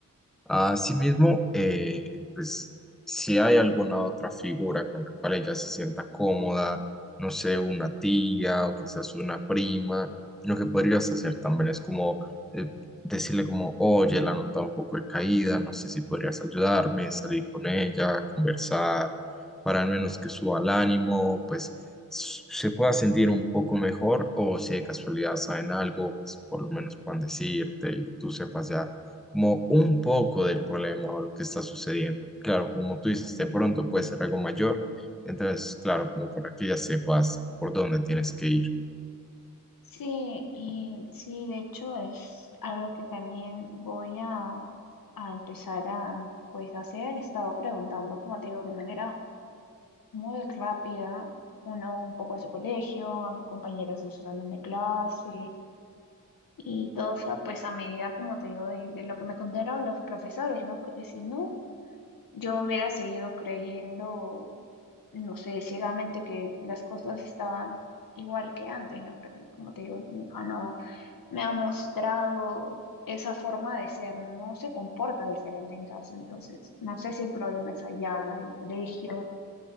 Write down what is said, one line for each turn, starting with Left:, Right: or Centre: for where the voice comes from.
Centre: Asimismo, eh, pues si hay alguna otra figura con la cual ella se sienta cómoda, no sé, una tía o quizás una prima, lo que podrías hacer también es como eh, decirle como, oye, la nota un poco de caída, no sé si podrías ayudarme, salir con ella, conversar, para al menos que suba el ánimo, pues s- se pueda sentir un poco mejor o si de casualidad saben algo, pues por lo menos puedan decirte y tú sepas ya como un poco del problema o lo que está sucediendo. Claro, como tú dices, de pronto puede ser algo mayor, entonces, claro, como para que ya sepas por dónde tienes que ir.
Left: Sí, y sí, de hecho es algo que también voy a, a empezar a, pues, hacer. He estado preguntando, como te digo, de manera muy rápida, uno un poco de su colegio, a compañeros de su salón de clase, y todo fue pues a medida, como te digo, de, de lo que me contaron los profesores, ¿no? Porque si no, yo hubiera seguido creyendo, no sé, ciegamente que las cosas estaban igual que antes, ¿no? Porque como te digo, mi hija no me ha mostrado... Esa forma de ser no se comporta diferente en casa, entonces no sé si el problema es allá, en el colegio,